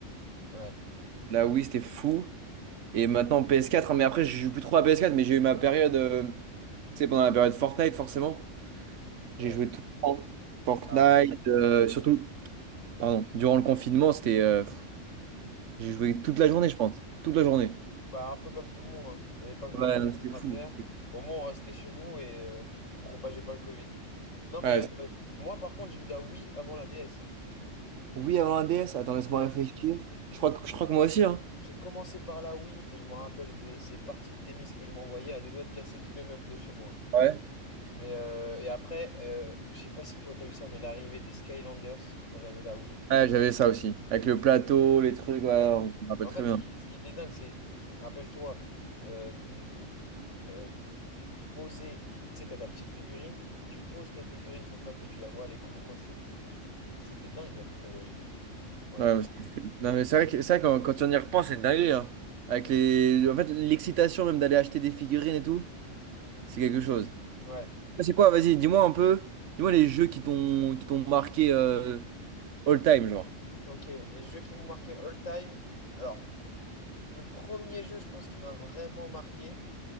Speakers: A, on the left; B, on the right.
A: Ouais,
B: La Wii c'était fou. Et maintenant PS4. hein, mais après je joue plus trop à PS4. Mais j'ai eu ma période, euh, tu sais, pendant la période Fortnite forcément.
A: ouais.
B: J'ai joué tout le temps. Fortnite,
A: Ah, Fortnite.
B: euh, surtout, pardon, durant le confinement, c'était. euh, pff, j'ai joué toute la journée, je pense. Toute la journée.
A: Bah, un peu comme tout le monde, hein. Il n'y avait pas grand-chose
B: Ouais, non, c'était
A: à
B: fou.
A: faire. Au moins, on restait chez nous et euh, on propageait pas le Covid. Non, mais
B: Ouais, c'est-
A: euh, moi, par contre, j'ai eu la Wii avant la DS. hein.
B: oui, avant la DS, attends, laisse-moi
A: Ouais.
B: réfléchir. Je crois que, je crois que moi aussi, hein.
A: J'ai commencé par la Wii et je me rappelle de ces parties de tennis que je m'envoyais à deux doigts de casser tous les meubles de chez moi.
B: Ouais.
A: Mais euh, et après, euh, je sais pas si toi t'as eu ça, mais l'arrivée des Skylanders quand j'avais la Wii.
B: Ouais, j'avais ça aussi. Avec le plateau, les trucs, ouais, on
A: Ouais.
B: me rappelle
A: En
B: très
A: fait, ce
B: bien.
A: qui, ce qui était dingue, c'est, rappelle-toi, euh, euh, poser, tu sais, t'as ta petite figurine, tu poses ta figurine sur le plateau, tu la vois à l'écran. Moi, c'est- ça me- c'était dingue la technologie pour l'époque.
B: Ouais, mais c'était- fou. non, mais c'est vrai que, c'est vrai, quand, quand on y repense, c'est une dinguerie, hein. Avec les... En fait, l'excitation même d'aller acheter des figurines et tout, c'est quelque chose.
A: Ouais,
B: C'est quoi, vas-y, dis-moi un peu. Dis-moi les jeux qui t'ont qui t'ont marqué. euh, All time, genre.
A: ok. Les jeux qui m'ont marqué all time. Alors. Le premier jeu, je pense, qui m'a vraiment marqué,